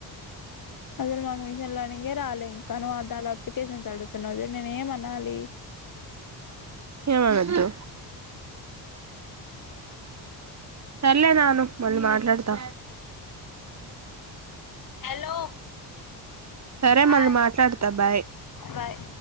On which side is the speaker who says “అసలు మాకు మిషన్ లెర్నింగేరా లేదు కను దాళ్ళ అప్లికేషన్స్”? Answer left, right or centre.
Left